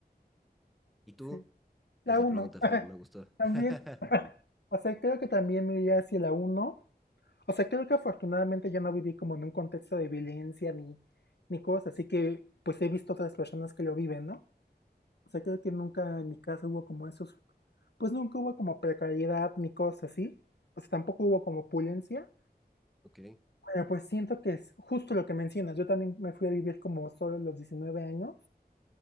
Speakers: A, in the centre; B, on the left.
A: ¿Y tú?
B: Sí. La
A: Esa
B: uno,
A: pregunta fue,
B: <laughs>
A: me gustó.
B: también,
A: <laughs>
B: o sea, creo que también me iría hacia la uno. O sea, creo que afortunadamente yo no viví como en un contexto de violencia ni, ni cosas, así que pues he visto otras personas que lo viven, ¿no? O sea, creo que nunca en mi casa hubo como esos, pues nunca hubo como precariedad ni cosas así. O sea, tampoco hubo como opulencia
A: Ok,
B: Bueno, pues siento que es justo lo que mencionas. Yo también me fui a vivir como solo a los 19 años